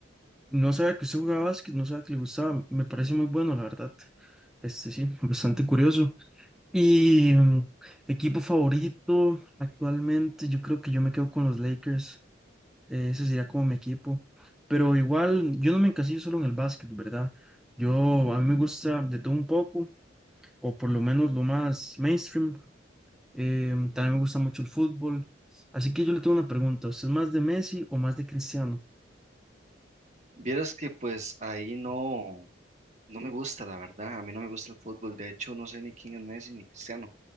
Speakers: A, in the centre; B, on the right.
A: No sabía que usted jugaba básquet, no sabía que le gustaba. Me parece muy bueno, la verdad. Este sí, bastante curioso. Y mm, equipo favorito actualmente, yo creo que yo me quedo con los Lakers. eh, ese sería como mi equipo. Pero igual, yo no me encasillo solo en el básquet, ¿verdad? Yo, a mí me gusta de todo un poco, o por lo menos lo más mainstream. eh, también me gusta mucho el fútbol. Así que yo le tengo una pregunta. ¿Usted es más de Messi o más de Cristiano?
B: Vieras que pues ahí no. No me gusta, la verdad. A mí no me gusta el fútbol. De hecho, no sé ni quién es Messi ni Cristiano,